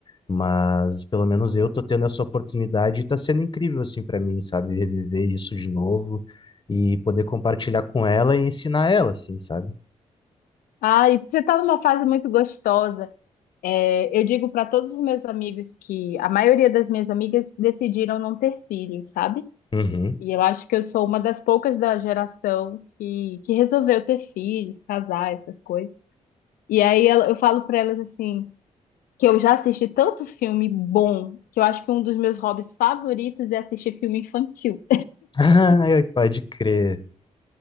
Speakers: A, on the left (about 30°); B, on the left (about 90°).
A: Mas pelo menos eu tô tendo essa oportunidade e tá sendo incrível, assim, para mim, sabe? Reviver isso de novo e poder compartilhar com ela e ensinar ela, assim, sabe?
B: Ah, e você está numa fase muito gostosa. É, eu digo para todos os meus amigos que a maioria das minhas amigas decidiram não ter filhos, sabe?
A: Uhum.
B: E eu acho que eu sou uma das poucas da geração que, que resolveu ter filhos, casar, essas coisas. E aí ela- eu falo pra elas assim, que eu já assisti tanto filme bom, que eu acho que um dos meus hobbies favoritos é assistir filme infantil.
A: <laughs> Ai, pode crer.